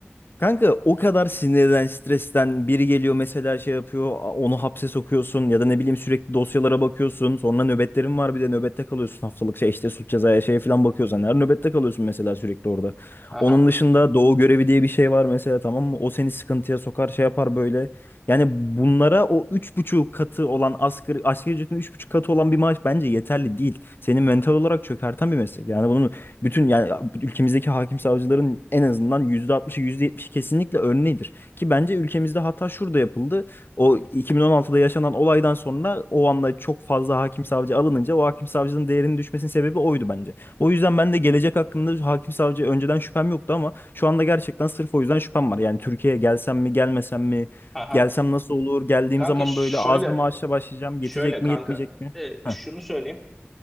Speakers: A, on the left (about 55°); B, in the centre.
A: Kanka o kadar sinirden, stresten biri geliyor mesela şey yapıyor, a- onu hapse sokuyorsun ya da ne bileyim sürekli dosyalara bakıyorsun. Sonra nöbetlerin var bir de nöbette kalıyorsun haftalık şey işte suç cezaya şey falan bakıyorsan her nöbette kalıyorsun mesela sürekli orada.
B: Aha.
A: Onun dışında doğu görevi diye bir şey var mesela tamam mı? O seni sıkıntıya sokar şey yapar böyle. Yani bunlara o üç buçuk katı olan asgari, asgari ücretin üç buçuk katı olan bir maaş bence yeterli değil. Seni mental olarak çökerten bir meslek. Yani bunun bütün yani ülkemizdeki hakim savcıların en azından %60'ı yetmişi kesinlikle örneğidir. Ki bence ülkemizde hata şurada yapıldı. O 2016'da yaşanan olaydan sonra o anda çok fazla hakim savcı alınınca o hakim savcının değerinin düşmesinin sebebi oydu bence. O yüzden ben de gelecek hakkında hakim savcı önceden şüphem yoktu ama şu anda gerçekten sırf o yüzden şüphem var. Yani Türkiye'ye gelsem mi gelmesem mi?
B: Aha.
A: Gelsem nasıl olur? Geldiğim
B: Kanka
A: zaman
B: şöyle
A: böyle az bir maaşla başlayacağım.
B: şöyle
A: Yetecek mi
B: kanka.
A: yetmeyecek mi?
B: Ee,
A: Heh.
B: şunu söyleyeyim.